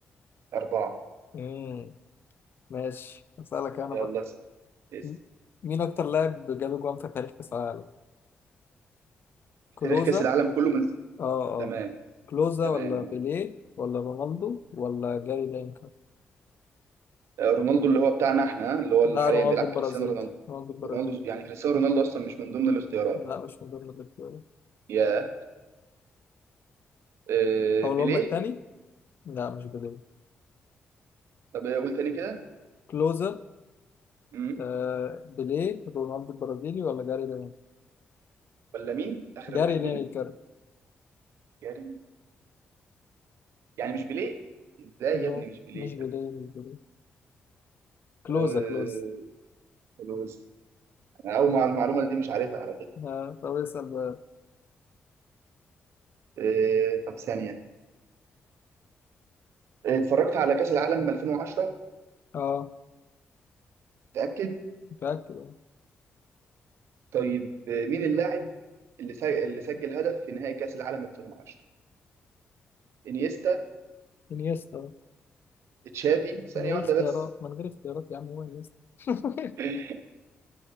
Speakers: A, on the right; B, on the left.
A: أربعة
B: امم ماشي أسألك أنا
A: يلا
B: بقى
A: س- اس
B: م- مين أكتر لاعب جاب جوان في تاريخ كأس العالم؟
A: في
B: كلوزا
A: تاريخ كأس العالم كله من
B: اه اه
A: تمام
B: كلوزا
A: تمام
B: ولا
A: قول.
B: بيليه ولا رونالدو ولا جاري لينكر؟
A: آه، رونالدو اللي هو بتاعنا احنا آه، اللي هو اللي
B: لا
A: حاليا
B: رونالدو
A: بيلعب كريستيانو
B: البرازيلي
A: رونالدو
B: رونالدو البرازيلي
A: رونالدو يعني كريستيانو رونالدو أصلا مش من ضمن الاختيارات
B: لا مش من ضمن الاختيارات
A: يا آه،
B: أقولهم
A: بيليه
B: لك تاني؟ لا مش بيليه
A: طب آه، قول تاني كده
B: كلوزا
A: مم.
B: آه بيليه رونالدو البرازيلي ولا جاري لينكر؟
A: ولا مين آخر
B: جاري
A: واحد
B: لينكر
A: مين كريم يعني مش بيليه ازاي يا
B: نو
A: ابني مش بيليه
B: مش بيليه مش بيليه كلوزا
A: آه،
B: كلوز
A: خلاص أنا أول مع المعلومة دي مش عارفها على فكرة
B: آه طب اسأل بقى
A: آه، طب ثانية آه، اتفرجت على كأس العالم 2010
B: اه
A: متأكد
B: متأكد آه.
A: طيب آه، مين اللاعب اللي سج- اللي سجل هدف في نهائي كأس العالم 2010 انيستا
B: انيستا
A: تشافي ثانية
B: من غير
A: واحدة
B: اختيارات
A: بس
B: من غير اختيارات يا عم هو انيستا <laughs>
A: <laughs>